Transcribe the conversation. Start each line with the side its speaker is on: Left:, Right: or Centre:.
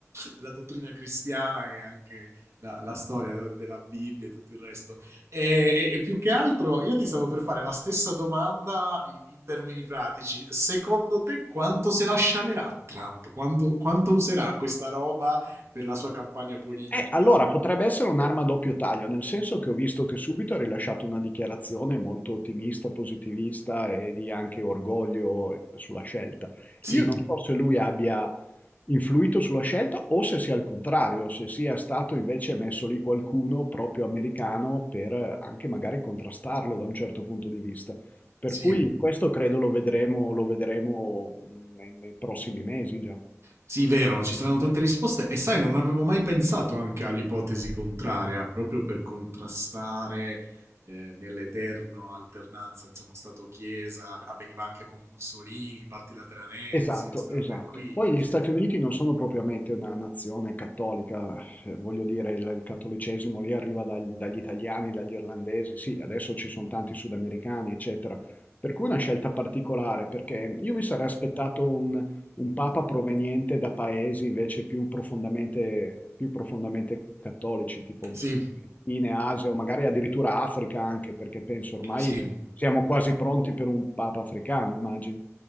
Right: la dottrina cristiana e anche la la storia no, de della Bibbia e tutto il resto. Ehm, e e più che altro io ti stavo per fare la stessa domanda i in termini pratici. Secondo te quanto se la scialerà Trump? Quando quanto userà questa roba per la sua campagna politica?
Left: Eh, allora potrebbe essere un'arma a doppio taglio, nel senso che ho visto che subito ha rilasciato una dichiarazione molto ottimista, positivista e di anche orgoglio sulla scelta.
Right: Sì,
Left: Io non so se lui abbia influito sulla scelta o se sia al contrario, se sia stato invece messo lì qualcuno proprio americano per anche magari contrastarlo da un certo punto di vista. Per
Right: sì.
Left: cui questo credo lo vedremo, lo vedremo nei, nei prossimi mesi già.
Right: Sì, vero, ci saranno tante risposte e sai, non avevo mai pensato anche all'ipotesi contraria, proprio per contrastare eh, nell'eterno alternanza, insomma, Stato-Chiesa, avveniva anche con Mussolini, patti lateranensi,
Left: Esatto,
Right: queste
Left: esatto.
Right: robe qui,
Left: Poi
Right: effettivamente.
Left: gli Stati Uniti non sono propriamente una nazione cattolica, eh, voglio dire, il, il cattolicesimo lì arriva dal- dagli italiani, dagli irlandesi, sì, adesso ci sono tanti sudamericani, eccetera. Per cui una scelta particolare, perché io mi sarei aspettato un, un papa proveniente da paesi invece più profondamente, più profondamente cattolici, tipo
Right: Sì,
Left: in Asia o magari addirittura Africa anche, perché penso ormai
Right: sì.
Left: siamo quasi pronti per un papa africano, immagino.